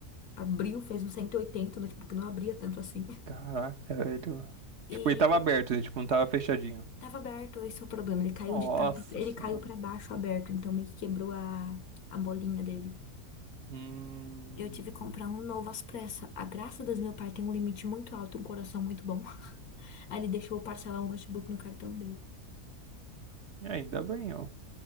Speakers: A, on the left (about 85°); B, on the right (about 50°).
A: Abriu, fez um 180, o notebook não abria tanto assim.
B: Caraca, velho.
A: E
B: Tipo, ele tava aberto, ele, tipo, não tava fechadinho.
A: Tava aberto, esse é o problema. Ele caiu
B: Nossa
A: de tanto. Ele
B: senhora.
A: caiu pra baixo aberto, então meio que quebrou a, a bolinha dele.
B: Hum,
A: Eu tive que comprar um novo às pressas. A graça das meu pai tem um limite muito alto, um coração muito bom. <laughs> Aí ele deixou eu parcelar o notebook no cartão dele.
B: ainda bem, ó.